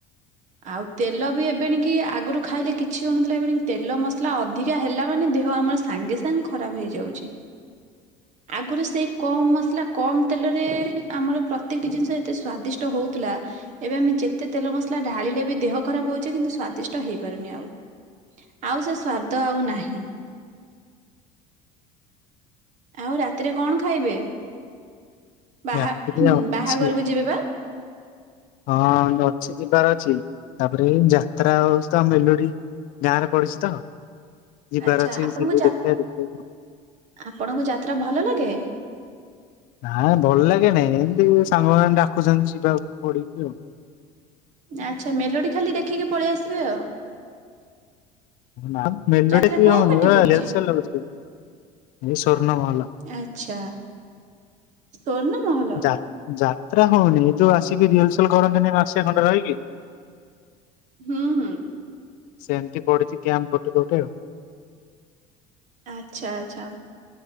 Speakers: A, on the right; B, on the left.
A: ଆଉ ତେଲ ବି ଏବେ ଏଣିକି ଆଗରୁ ଖାଇଲେ କିଛି ହଉନଥିଲା ଏବେ ଏଣିକି ତେଲ ମସଲା ଅଧିକା ହେଲା ମାନେ ଦେହ ଆମର ସାଙ୍ଗେ ସାଙ୍ଗେ ଖରାପ ହେଇଯାଉଚି। ଆଗରୁ ସେଇ କମ୍‌ ମସଲା କମ୍‌ ତେଲ ରେ ଆମର ପ୍ରତେକ ଟି ଜିନିଷ ଏତେ ସ୍ୱାଦିଷ୍ଟ ହଉଥିଲା। ଏବେ ଆମେ ଯେତେ ତେଲ ମସଲା ଢ଼ାଳିଲେ ବି ଦେହ ଖରାପ ହଉଚି କିନ୍ତୁ ସ୍ଵାଦିଷ୍ଟ ହେଇପାରୁନି ଆଉ ଆଉ ସେ ସ୍ଵାଦ ଦ ଆଉ ନାହିଁ। ଆଉ ରାତିରେ କଣ ଖାଇବେ ବାହା
B: ରାତିରେ ଅଛି
A: ବାହାଘରକୁ ଯିବେ ବା? ହ
B: ହଁ ଅଛି ଯିବାର ଅଛି ତାପରେ ଯାତ୍ରା ହଉଛି ତ ମେଲଡ଼ି ଗାଁରେ ପଡ଼ିଛି ତ ଯିବାର
A: ଆଚ୍ଛା
B: ଅଛି
A: ଆପଣଙ୍କୁ
B: ସେ ବୋଉ
A: ଯା
B: ଦେଖିଆ ଦେଖିଆ
A: ଆପଣଙ୍କୁ ଯାତ୍ରା ଭଲ ଲାଗେ?
B: ନାଇ ଭଲ ଲାଗେ ନାଇଁ ଏମିତି ସାଙ୍ଗମାନେ ଡାକୁଛନ୍ତି ଯିବାକୁ ପଡ଼ିକି ଆଉ।
A: ଆଛା ମେଲୋଡ଼ି ଖାଲି ଦେଖିକି ପଳେଇ ଆସିବେ ଆଉ।
B: ନା ମେଲଡ଼ି
A: ଯାତ୍ରା
B: ବି
A: କୋଉ
B: ହେଉନି
A: ପାଟି
B: ବା <unintelligible>
A: ପଡିଛି?
B: ହେଉଛି ହେଇ ସ୍ୱର୍ଣ ମହଲ
A: ଆଛା। ସ୍ଵର୍ଣ ମହଲ।
B: ଯା ଯାତ୍ରା ହଉନି ଏ ଯୋଉ ଆସିକି ରିହର୍ସଲ କରନ୍ତି ନି ମାସେ ଖଣ୍ଡେ ରହିକି।
A: ହୁଁ, ହୁଁ।
B: ସେମିତି ପଡିଛି କ୍ୟାମ୍ପ ଗୋଟେ ଗୋଟେ ଆଉ।
A: ଆଛା, ଆଛା